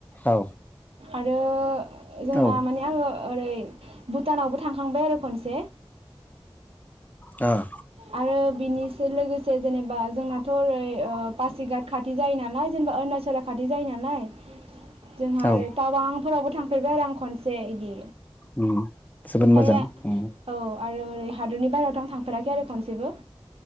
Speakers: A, on the left; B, on the right.
A: औ
B: आरो जोंना
A: औ
B: माने आङो ओरै भुटानावबो थांखांबाय आरो खनसे।
A: ओह।
B: आरो बिनिसो लोगोसे जेनेबा जोंनाथ' ओरै ओ पासिघाट खाथि जायो नालाय जेनेबा अरुणाचला खाथि जायो नालाय। जोंहा
A: औ
B: आरो टाबांफोरावबो थां फेरबाय आरो आं खनसे इदि
A: उम जोबोद
B: ओमफाया
A: मोजां उम
B: औ आरो ओरै हादरनि बाहेरावथ आं थांफेराखै आरो खनसे बो।